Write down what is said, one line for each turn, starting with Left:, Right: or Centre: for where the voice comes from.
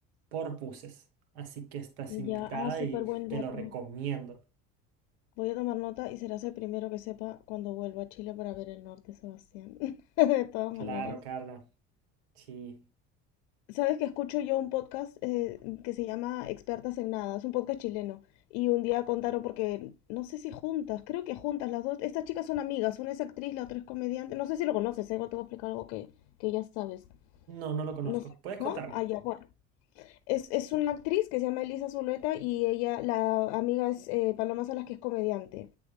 Right: por buses. Así que estás invitada
Left: Ya, ah, súper
Right: y
Left: buen
Right: te
Left: dato.
Right: lo recomiendo.
Left: Voy a tomar nota y serás el primero que sepa cuando vuelva a Chile para ver el norte, Sebastián. <laughs> De todas
Right: Claro,
Left: maneras.
Right: Carla. Sí.
Left: Sabes que escucho yo un podcast eh, que se llama Expertas en Nada, es un podcast chileno. Y un día contaron porque, no sé si juntas, creo que juntas las dos. Estas chicas son amigas, una es actriz, la otra es comediante. No sé si lo conoces, ¿eh? igual te voy a explicar algo que, que ya sabes.
Right: No, no lo conozco.
Left: No sé,
Right: ¿Puedes contarme?
Left: ¿no? Ah, ya, bueno. Es, es una actriz que se llama Elisa Zuleta y ella, la amiga es eh, Paloma Salas, que es comediante.